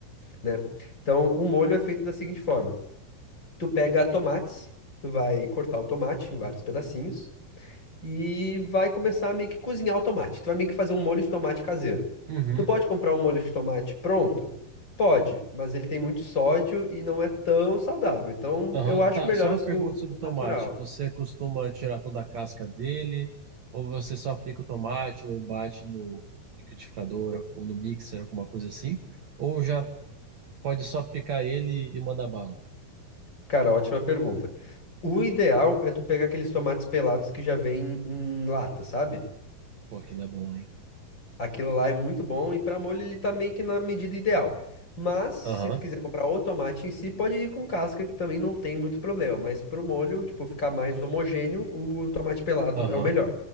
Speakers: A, on the left; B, on the right.
A: né? Então, o molho é feito da seguinte forma: tu pega tomates, tu vai cortar o tomate em vários pedacinhos e vai começar a meio que cozinhar o tomate. Tu vai meio que fazer um molho de tomate caseiro.
B: Uhum.
A: Tu pode comprar um molho de tomate pronto? Pode, mas ele tem muito sódio e não é tão saudável. Então
B: Aham.
A: eu acho
B: Tá,
A: melhor
B: só uma
A: os-
B: pergunta
A: o,
B: sobre
A: o
B: o tomate.
A: natural.
B: Você costuma tirar toda a casca dele? Ou você só pica o tomate ou bate no no liquidificador ou no mixer, alguma coisa assim? Ou já Pode só picar ele e mandar bala.
A: Cara, ótima pergunta. O ideal é tu pegar aqueles tomates pelados que já vem em lata, sabe?
B: Pô, aquilo é bom, hein?
A: Aquilo lá é muito bom e para molho ele tá meio que na medida ideal. Mas se
B: Aham,
A: tu quiser comprar o tomate em si, pode ir com casca que também não tem muito problema, mas pro molho, tipo, ficar mais homogêneo, o tomate pelado
B: aham,
A: é o melhor.